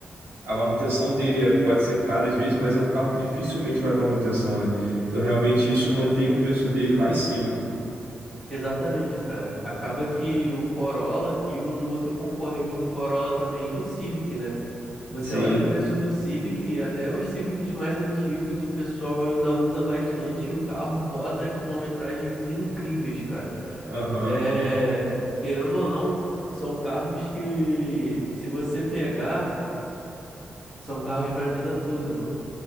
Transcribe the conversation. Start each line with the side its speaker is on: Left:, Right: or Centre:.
Right: a manutenção dele é, pode ser cara às vezes, mas é um carro que dificilmente vai para manutenção, né? Então, realmente, isso mantém o preço dele lá em cima.
Centre: Exatamente, cara. Acaba que o Corolla e um outro concorrente do Corolla também é o Civic, né? Você
Right: Sim,
Centre: olha o preço do Civic, até os Civics mais antigos o pessoal ainda usa bastante e o carro roda quilometragens incríveis, cara.
Right: aham,
Centre: É, querendo ou não, são carros que, se você pegar, são carros para a vida toda, mano.